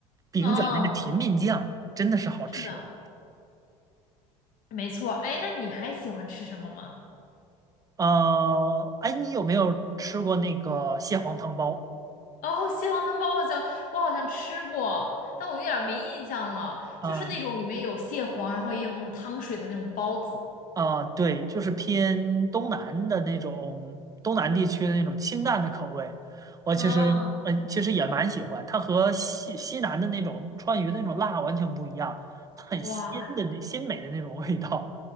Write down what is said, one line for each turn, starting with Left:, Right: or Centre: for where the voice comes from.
Right: 饼卷那个甜面酱真的是好吃。
Left: 嗯，是的，没错。哎，那你还喜欢吃什么吗？
Right: 呃，哎，你有没有吃过那个蟹黄汤包
Left: 哦，蟹黄汤包好像我好像吃过，但我有点儿没印象了。
Right: 啊？
Left: 就是那种里面有蟹黄，然后也有那种汤水的那种包子。
Right: 啊，对，就是偏东南的那种东南地区的那种清淡的口味，我其实嗯、
Left: 嗯，
Right: 呃其实也蛮喜欢。它和西西南的那种川渝的那种辣完全不一样，它很鲜的那鲜美的那种味道。
Left: 哇，